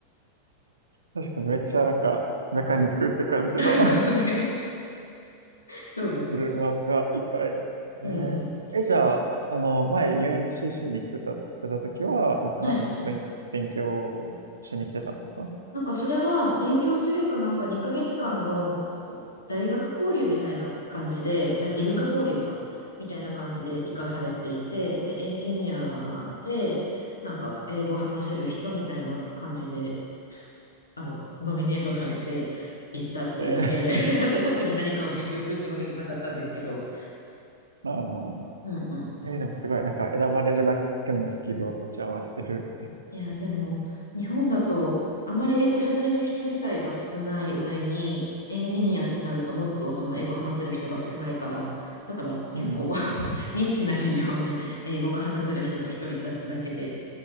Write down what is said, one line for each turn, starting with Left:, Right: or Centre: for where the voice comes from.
Right: 確かにめっちゃなんか、メカニックって感じの
Left: <laughs>
Right: <laughs>
Left: ねそうですよね。
Right: するワードがいっぱい。
Left: うんうん。
Right: えー、え、じゃあ、あの、前 UNCC に来てた、来てた時は、なんか何の勉、
Left: はい。
Right: 勉強をしに来てたんですか
Left: なんかそれは勉強というかなんか2ヶ月間の大学交流みたいな感じで、なんか異文化交流か、みたいな感じで活かされていて、で、エンジニアで、なんか英語話せる人みたいな感じで、あの、ノミネートされていったっていうだけで、
Right: <laughs> え
Left: <laughs> なんか特に何かを勉強するってわけじゃなかったんですけど、
Right: ー、<laughs> あ
Left: うんうん
Right: ーえーでもすごい、なんか選ばれるだけのスキルを持ち合わせてる。
Left: いや、でも、日本だと、あんまり英語喋れる人自体が少ない上に、エンジニアってなると、もっとその英語話せる人が少ないから、だから結構
Right: うんうんうん。
Left: <laughs> ニッチな市場に英語が話せる人が一人いたってだけで、